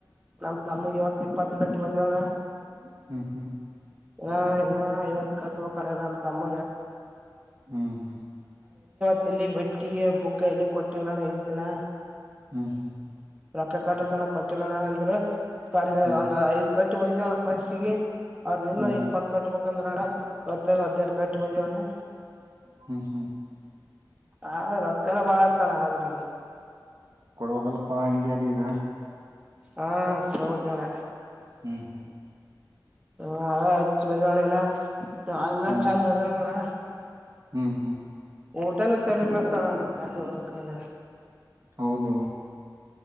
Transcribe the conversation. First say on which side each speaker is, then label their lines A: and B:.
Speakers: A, on the right; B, on the right.
A: ನಮ್ಮ ತಮ್ಮ ಇವತ್ತು ಇಪ್ಪತ್ತು ಗಂಟೆ ಬಂದವಣ್ಣ.
B: ಹ್ಮ್ ಹ್ಮ್
A: ನ ನಾ ಇವತ್ ಕಟ್ಬೇಕ ನಮ್ಮ ತಮ್ಮ.
B: ಹ್ಮ್ ಹ್ಮ್.
A: ಲ್ಲಿ ಬಟ್ಟಿ ಬುಕ್ ಎಲ್ಲಿ ಕೊಟ್ಟಿಲ್ಲಣ ಎಷ್ಟ ದಿನ.
B: ಹ್ಮ ಹ್ಮ್.
A: ರೊಕ್ಕ ಕಟ್ಟತನ ಕೊಟ್ಟಿಲಣ ಅಂದ್ರ ತಡೆ
B: ಹ್ಮ್
A: ಒಂದ
B: ಹ್ಮ್ ಹ್ಮ್
A: ಐದ್ ಕಟ್ಟಿ ಬಂದ ಒಣ ಫಸ್ಟ್ಗೆ ಅವ್ರ ಇಲ್ಲ
B: ಹ್ಮ್
A: ಇಪ್ಪತ್ ಕಟ್ ಬಂದ್ರ ನಾಳೆ ಇವತ್ತ ಅಧ್ನೈದು ಕಟ್ ಬಂದಿವವಣ್ಣ.
B: ಹ್ಮ್ ಹ್ಮ್.
A: ಹ ರೊಕ್ಕ ಎಲ್ಲ ಬಾಳ ಹತಾನ ಆದದ್ರಲ್ಲಿ.
B: ಕೊಡ್ಬೇಕಲ್ಪ್ಪಾ ಹಂಗೆ ಅದ ಈಗ.
A: ಆ ಅಣ್ಣ ಕೊಡಬೇಕು ಅಣ್ಣ.
B: ಹ್ಮ್ ಹ್ಮ್.
A: ಹ ಅ ಹೆಚ್ಚ ಮಜಲ್ಲ ಎಲ್ಲ
B: ಹ್ಮ್
A: ಚಂದ ಅದ ಲನ.
B: ಹ್ಮ್ ಹ್ಮ್.
A: ಊಟೇನ ಸರಿ ಇಲ್ಲತ್ತಣ ಯಕಡ.
B: ಹೌದು